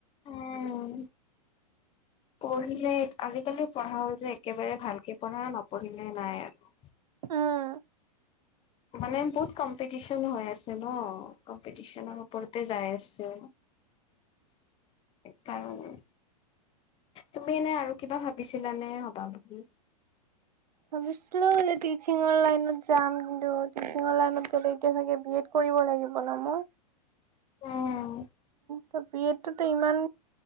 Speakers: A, on the left; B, on the right.
A: উম, পঢ়িলে আজিকালি পঢ়া হ'ল যে, একেবাৰে ভালকৈ পঢ়া, নপঢ়িলে নাই আৰু
B: উম।
A: মানে, বহুত কম্পিটিচন হৈ আছে ন'। কম্পিটিচনৰ ওপৰতে যাই আছে। সেইকাৰণে, তুমি এনে আৰু কিবা ভাবিছিলানে, হ'বা বুলি?
B: ভাবিছিলোঁ যে টিচিংৰ লাইনত যাম, কিন্তু টিচিংৰ লাইনত গ'লে এতিয়া চাগে বিএড কৰিব লাগিব ন' মোৰ?
A: উম।
B: ত', বিএডটোতো ইমান